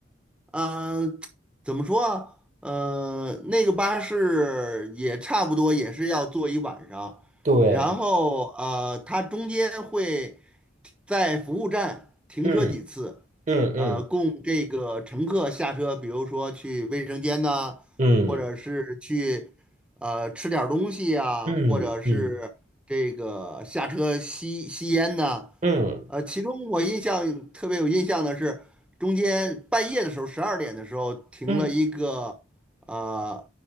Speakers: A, in the centre; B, on the right.
A: 嗯呃，怎么说啊？呃，那个巴士也差不多，也是要坐一晚上，
B: 对，
A: 然后呃，它中间会在服务站停车几次，
B: 嗯嗯嗯
A: 呃，供这个乘客下车，比如说去卫生间呐、
B: 嗯
A: 或者是去呃吃点儿东西呀、
B: 嗯嗯
A: 或者是这个下车吸吸烟呐、
B: 嗯
A: 呃，其中我印象特别有印象的是，中间半夜的时候，十二点的时候停了一个呃
B: 嗯，